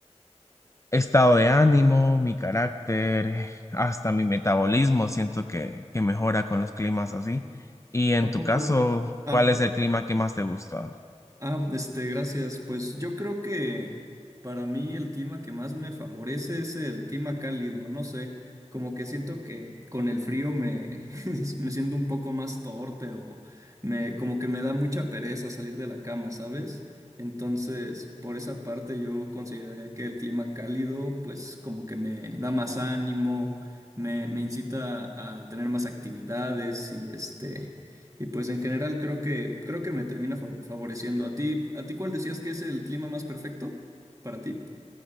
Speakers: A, on the left; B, on the right.
A: estado de ánimo, mi carácter, hasta mi metabolismo, siento que, que mejora con los climas así. Y en
B: ¿A
A: tu
B: poco?
A: caso,
B: Ah,
A: ¿cuál
B: p-
A: es el clima que más te gusta?
B: ah, este, gracias. Pues yo creo que para mí el clima que más me favorece es el clima cálido. No sé, como que siento que con el frío me, <laughs> me siento un poco más torpe o me, como que me da mucha pereza salir de la cama, ¿sabes? Entonces, por esa parte yo consideraría que el clima cálido, pues como que me da más ánimo, me, me incita a tener más actividades y este y pues en general creo que creo que me termina fa- favoreciendo a ti. ¿A ti cuál decías que es el clima más perfecto para ti?